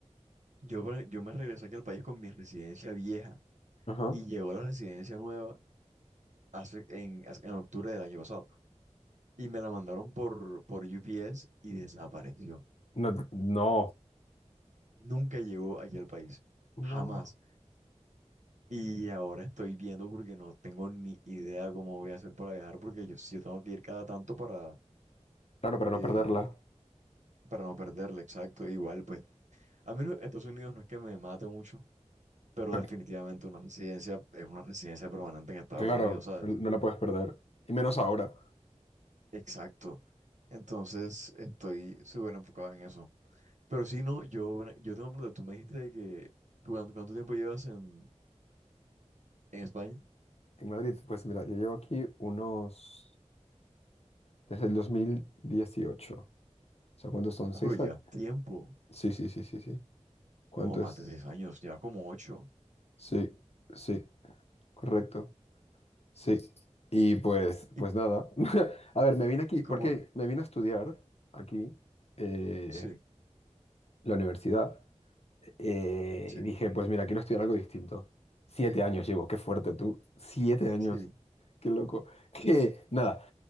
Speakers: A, on the right; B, on the left.
A: yo, me- yo me regresé aquí al país con mi residencia vieja
B: Ajá.
A: y llegó la residencia nueva. hace, en, hace- en octubre del año pasado. Y me la mandaron por, por UPS y desapareció.
B: No, t- no,
A: Nunca llegó aquí al país.
B: No.
A: Jamás. Y ahora estoy viendo porque no tengo ni idea cómo voy a hacer para viajar porque yo, si yo tengo que ir cada tanto para,
B: claro, para no
A: eh,
B: perderla.
A: para no perderla, exacto. Igual, pues, a mí no- Estados Unidos no es que me mate mucho, pero
B: No,
A: definitivamente una residencia es una residencia permanente en Estados
B: claro,
A: Unidos, ¿sabes?
B: no, no la puedes perder. Y menos ahora.
A: Exacto. Entonces estoy súper enfocado en eso. Pero si no, yo, yo tengo una pregunta. Tú me dijiste de que ¿tú cuánto, cuánto tiempo llevas en, en España?
B: En Madrid, pues mira, yo llevo aquí unos... desde el 2018. O sea, ¿cuántos son?
A: Ah,
B: ¿Seis
A: pero llevas
B: años?
A: tiempo.
B: Sí, sí, sí, sí, sí. ¿Cuánto
A: No, más
B: es?
A: de seis años, llevas como ocho.
B: Sí, sí, correcto. Sí. Y pues,
A: Y,
B: pues nada. <laughs> A ver, me vine aquí,
A: y
B: porque
A: como,
B: me vine a estudiar aquí eh,
A: sí,
B: la universidad. Eh,
A: sí,
B: y dije, pues mira, quiero estudiar algo distinto. Siete años llevo, qué fuerte tú. Siete años.
A: sí,
B: Qué loco. <laughs> Que nada,